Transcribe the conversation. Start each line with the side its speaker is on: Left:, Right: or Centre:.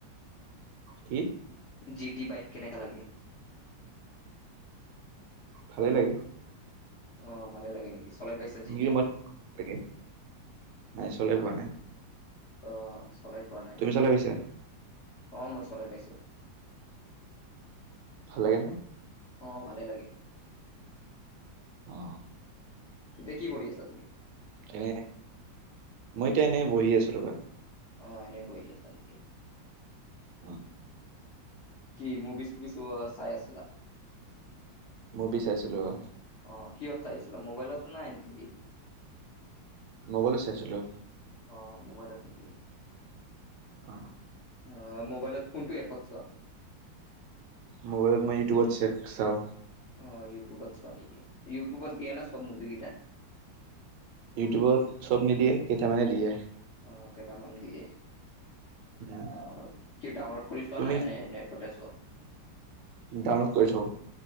Right: কি?
Left: জি টি বাইক কেনেকা লাগে।
Right: ভালেই লাগে।
Left: অ ভালে লাগে নেকি? চলাই পাইছ যেতি
Right: কিন্তু মই লাগে নাই চলাই
Left: হা
Right: পোৱা নাই
Left: অ চলাই পোৱা নাই
Right: তুমি
Left: নেকি?
Right: চলাই পাইছা
Left: অ মই চলাই পাইছো।
Right: ভাল লাগে নে
Left: অ ভালে লাগে
Right: অ
Left: এতিয়া কি কৰি আছা তুমি?
Right: এনে মই এতিয়া এনে বহি আছো ৰবা।
Left: অ এনে আছা নেকি?
Right: অ
Left: কি মুভিচ ফুভিচ চাই আছিলা
Right: মুভি চাইছিলো অ।
Left: অ কিয়ত চাই ছিল মোবাইলতো না তিভি ত
Right: মোবালত চাইছিলো।
Left: অ মোবাইলত নেকি?
Right: অ
Left: অ মোবাইলত কোনটো এপত চোৱা।
Right: মোবাইলত মই ইউটউবত চেক চাওঁ
Left: অ ইউটিউবত চোৱা নেকি ইউটিউবত দিয়ে না চব মুভি কেইটা।
Right: ইউটিউবত চব নিদিয়ে কেইটামানে দিয়ে।
Left: অ কেইটামান দিয়ে।
Right: উম,
Left: অ কি ডাউনল'ড কৰিছোৱা
Right: তুমি
Left: নে নেটতে চোৱা।
Right: ডাউনলোড কৰি চাউ